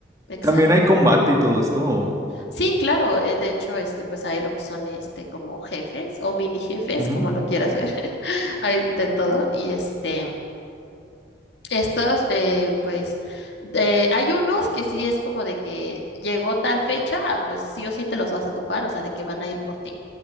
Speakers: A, on the left; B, on the right.
A: Exacto.
B: También hay combate y todo esto. o-
A: Sí, claro, eh, de hecho, este, pues hay lo que son este como jefes o mini jefes,
B: Ujú,
A: como lo quieras ver. <laughs> Hay de todo. Y este, estos, eh, pues, de- hay unos que sí es como de que llegó tal fecha, ah, pues sí o sí te los vas a topar, o sea, de que van a ir por ti.